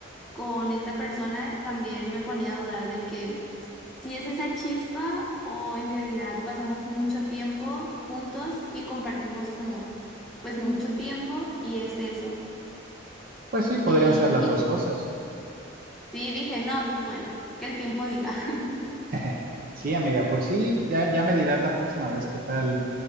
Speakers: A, in the centre; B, on the right.
A: con esta persona también me ponía a dudar de que si es esa chispa o en realidad pasamos mucho tiempo juntos y compartimos como pues mucho tiempo y es eso.
B: Pues sí, podrían
A: Y,
B: ser las
A: y
B: dos
A: bu-
B: cosas.
A: sí dije, no, pues bueno, que el tiempo diga. <laughs>
B: <laughs> Sí, amiga, pues sí, ya, ya me dirás la próxima vez qué tal,